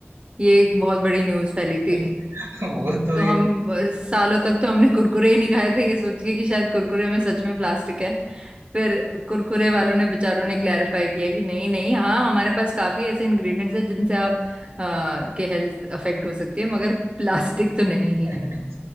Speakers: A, on the right; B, on the right.
A: ये एक बहुत बड़ी न्यूज फैली थी
B: <laughs> वो तो
A: तो हम अ, सालों तक तो हमने कुरकुरे ही नहीं खाए थे ये सोच के कि शायद कुरकुरे में सच में प्लास्टिक है फिर कुरकुरे वालों ने बेचारों ने क्लैरिफाई किया कि नहीं नहीं हाँ हमारे पास काफी ऐसे इंग्रेडिएंट्स हैं जिनसे आप अ, के हेल्थ अफेक्ट हो सकती है मगर प्लास्टिक तो नहीं ही
B: <laughs>
A: है